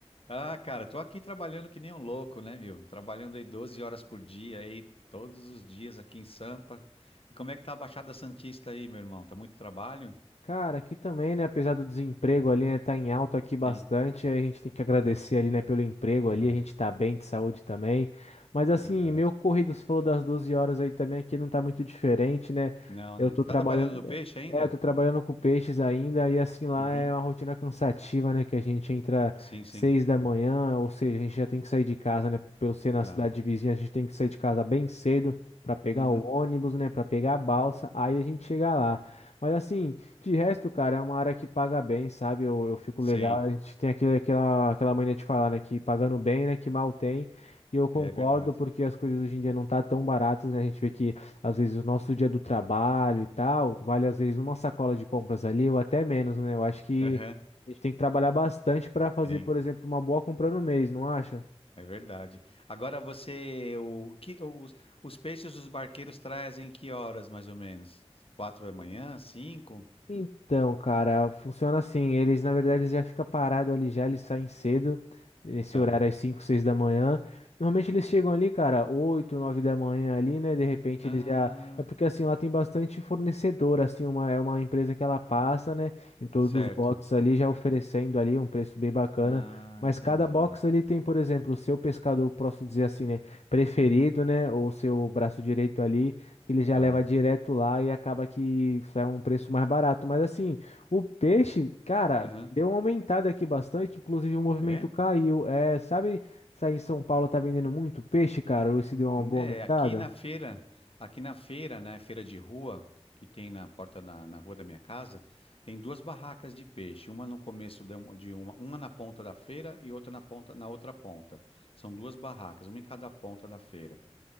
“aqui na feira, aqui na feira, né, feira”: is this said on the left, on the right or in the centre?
Left